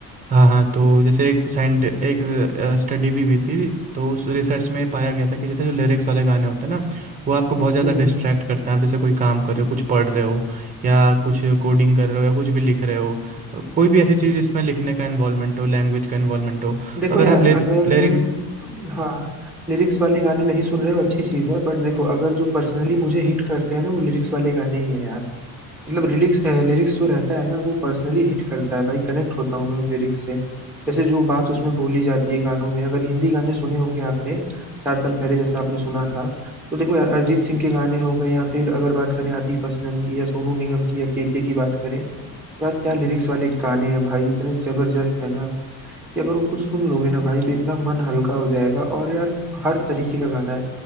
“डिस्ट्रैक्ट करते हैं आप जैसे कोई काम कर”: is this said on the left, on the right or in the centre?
Right